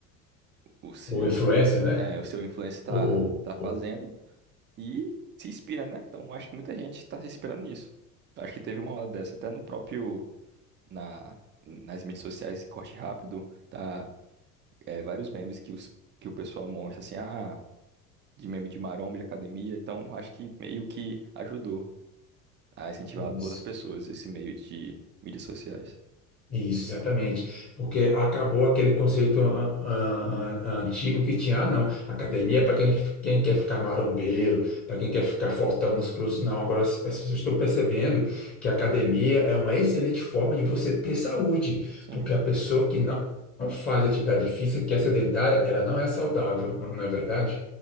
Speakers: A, on the right; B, on the left.
A: o seu
B: ou influência, né?
A: é, o seu influencer tá,
B: Ou,
A: tá
B: ou,
A: fazendo e se inspira, né? Então acho que muita gente está se inspirando nisso. Acho que teve uma hora dessa, até no próprio na, nas mídias sociais, corte rápido, tá é, vários memes que, os, que o pessoal mostra, assim, ah, de meme de maromba, de academia. Então, acho que meio que ajudou a incentivar
B: ou-
A: outras pessoas esse meio de mídias sociais.
B: Isso, exatamente. Porque acabou aquele conceito an- an- an- antigo que tinha, ah, não, academia é para quem, quem quer ficar marombeiro, para quem quer ficar fortão, musculoso. Não, agora as, as pessoas estão percebendo que a academia é uma excelente forma de você ter saúde,
A: Sim,
B: porque a pessoa que não, não faz atividade física, que é sedentária, ela não é saudável, não, não é verdade?